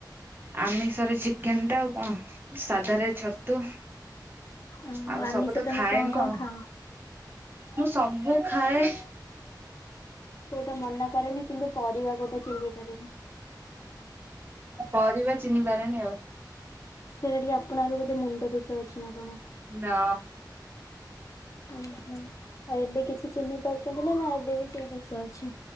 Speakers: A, on the right; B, on the left.
A: ଆମିଷରେ ଚିକେନ ଟା ଆଉ କଣ ସାଧାରେ ଛତୁ
B: ଓ
A: ଆଉ
B: ଆମିଷ
A: ସବୁ ତ
B: ତମେ
A: ଖାଏ
B: କଣ
A: ମୁଁ
B: କଣ
A: ଆଉ
B: ଖାଅ
A: ମୁଁ ସବୁ ଖାଏ
B: କୋଉଟା ମନା କରେନି କିନ୍ତୁ ପରିବା କୋଉଟା ଚିହ୍ନି ପାରେନି।
A: ପରିବା ଚିହ୍ନିିପାରେନି ଆଉ
B: ସେଇଟା ଟିକେ ଆପଣଙ୍କର ବୋଧେ ମୁଣ୍ଡ ଦୋଷ ଅଛି ନା କଣ
A: ନା
B: ଓ ହ ଆଉ ଏବେ କିଛି ଚିହ୍ନି ପାରୁଛନ୍ତି ନା ନା ଏବେ ବି ସେଇ ଦୋଷ ଅଛି